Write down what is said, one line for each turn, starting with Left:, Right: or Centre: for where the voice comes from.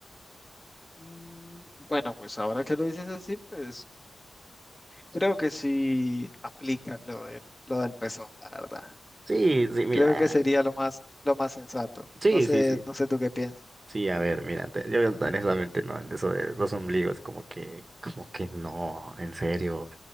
Left: Mm, Bueno, pues ahora que lo dices así, pues creo que sí aplica lo del, lo del pezón, la verdad.
Right: Sí, sí, mira.
Left: Creo que sería lo más, lo más sensato.
Right: Sí,
Left: No sé,
Right: sí, sí.
Left: no sé tú qué piensas.
Right: Sí, a ver, mira, te- yo no, honestamente no, en eso de los ombligos, como que, como que no, en serio,